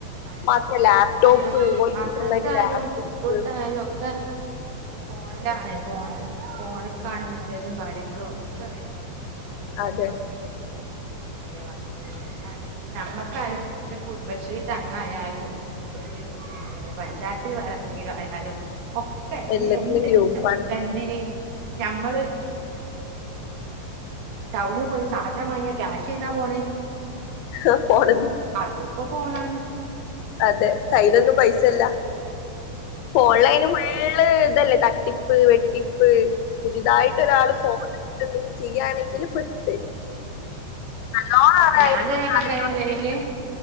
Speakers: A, on the right; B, on the left.
A: അയന്നെ
B: മാത്രം ലാപ്ടോപ്പ്
A: മദ്രസ്
B: ഓൽക്ക്
A: മദ്രസയാലും
B: സ്വന്തായിട്ട് ലാപ്ടോപ്പ്
A: സ്കൂൾത്ത ആയാലും ഒക്കെ ഫോണിലാണ് ഫോൺ ഫോണക്കാണ് മെസ്സേജും കാര്യങ്ങളും ഒക്കെ വരുന്നത് അ ഹോംവർക്ക്
B: അതെ
A: ഉണ്ടെങ്കിലും എ വർക്ക് ചെയ്യിപ്പിക്കാണ്ടെങ്കിൽ നമ്മക്കാരും ഒരു കുടുംബശ്രീ അങ്ങായാലും ഒരു പിന്നെ പഞ്ചായത്തിൽ പറയന്തെങ്കിലും ആയാലും ഒക്കെ
B: എല്ലത്തിനും
A: എന്ത്
B: ഗ്രൂപ്പാണ്
A: എന്തിനീ ഞമ്മള് ടൗണിൽ പോയി സാധനം വാങ്ങിയാ ക്യാഷ് ചെയന്നാ പോണേ
B: ആ ഫോൺ
A: അതും ഇപ്പോ ഫോണാണ്
B: അതെ കയ്യിലൊന്നും പൈസല്ല
A: ഉം ഉം കയ്യിലൊന്നും
B: ഫോൺലൈന് പോ
A: പൈസ
B: ഇതല്ലേ തട്ടിപ്പ് വെട്ടിപ്പ് പുതിയതായിട്ട്
A: ഉം
B: ഒരാൾ
A: ആ അതന്നെ
B: ഫോണേനെടുത് ചെയ്യാണെങ്കിൽ പെട്ട് നല്ലോണം അത്
A: ഞാൻ
B: അതിനെ
A: ചിലപ്പയില്
B: കുറിച്ച് അറിയണോർക്ക്